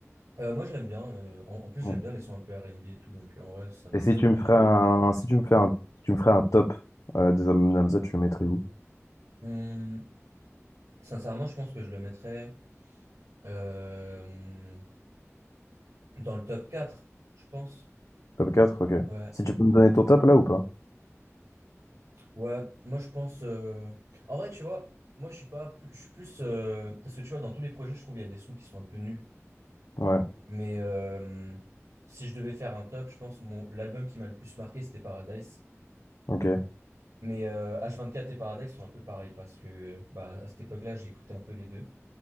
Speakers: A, on the right (about 80°); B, on the left (about 85°).
A: Euh, moi je l'aime bien. euh, en, en plus
B: Ouais.
A: j'aime bien les sons un peu R&B et tout, donc euh, en vrai ça me-
B: Et si
A: j'avais
B: tu
A: bien
B: me ferais
A: kiffé.
B: un, si tu me fais un, si tu me ferais un top euh, des albums de Hamza, tu le mettrais où?
A: Hum, sincèrement je pense que je le mettrais euh, dans le top 4. je pense.
B: Top quatre Ok.
A: Ouais.
B: Si tu peux me donner ton top là ou pas?
A: Ouais, moi je pense. euh, En vrai, tu vois, moi je suis pas plus. Je suis plus. euh, Parce que tu vois, dans tous les projets, je trouve il y a des sons qui sont un peu nuls.
B: Ouais,
A: Mais euh, si je devais faire un top, je pense mon... l'album qui m'a le plus marqué, c'était Paradise.
B: ok,
A: Mais euh, H24 et Paradise sont un peu pareils parce que bah, à cette époque-là, j'écoutais un peu les deux.